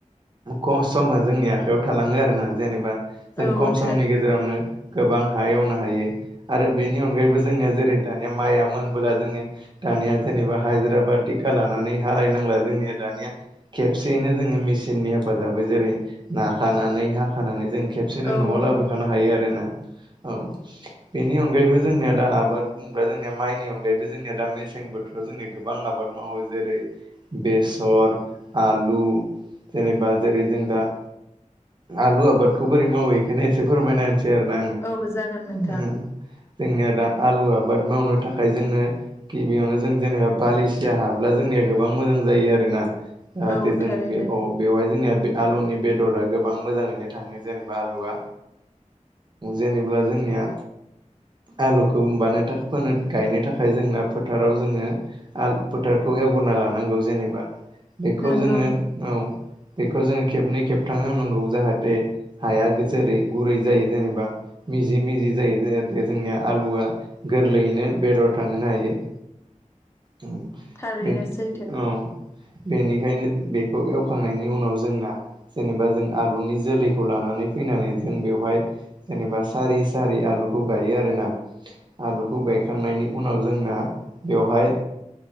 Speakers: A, on the right (about 35°); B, on the left (about 20°).
A: खम समा जोंनि आखायाव थालाङो आरो ना जेनेबा जों
B: औ
A: खम समनि
B: थार
A: गेजेराव जेरावनो गोबां हा एवनो हायो आरो बेनि अनगायैबो जोंनिया जेरै दानिया माइआ मोनबोला जोङो दानिया जेनेबा हाजिरा बा टिका लानानै हालायनांला जोंनिया दानिया खेबसेयैनो जोङो मेसिननि हेफाजाबै जेरै नाखानानै हाखानानै जों खेबसेनो
B: औ
A: न'आव लाबोखानो हायो आरोना औ बेनि अनगायैबो जोंनिया दा आबाद जोंनिया माइनि अनगायबो जोंनिया दा मेसें बोथोराव जोंनि गोबां आबाद मावो जेरै बेसर आलु जेनेबा जेरै जों दा आलु आबादखौ बोरै मावो बेखायनो एसे फोरमायना होनसै आरो ना
B: औ जागोन नोंथां
A: आङो जोंनिया दा आलु आबाद मावनो थाखाय जोंनो गिबियावनो जों जेनेबा बालिसिया हा अब्ला जोंनिया गोबां मोजां जायो आरोना जाहाथे
B: औ
A: जों
B: थारैनो
A: बे बेवहाय जोंनिया बे आलुनि बेदरा गोबां मोजाङैनो थाङो जेनेबा आलुआ जेनेबा जोंनिया आलुखौ होनबानो फोनो गायनो थाखाय जोंना फोथाराव जोङो आलु फोथारखौ एवग्रोनना लानांगौ जेनेबा बेखौ
B: नंगौ
A: जोङो औ बेखौ जोङो खेबनै खेबथाम एवनांगो जाहाथे हाया जेरै गुरै जायो जेनेबा मिजि मिजि जायो जाहाथे जोंनिया आलुआ गोरलैयैनो बेदर थांहोनो हायो औ
B: थारैनो
A: बे
B: सैथो
A: औ बेनिखायनो बेखौ एवखांनायनि उनाव जोंना जेनेबा जों आलुनि जोलैखौ लानानै फैनानै जों बेवहाय जेनेबा सारि सारि आलुखौ गायो आरो ना आलुखौ गायखांनायनि उनाव जोंना बेवहाय